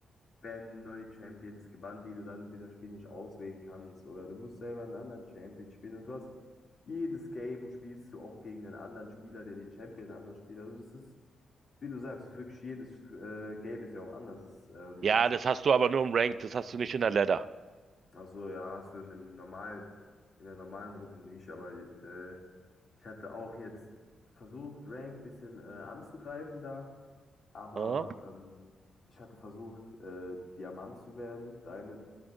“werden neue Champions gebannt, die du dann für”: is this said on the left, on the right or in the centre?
Left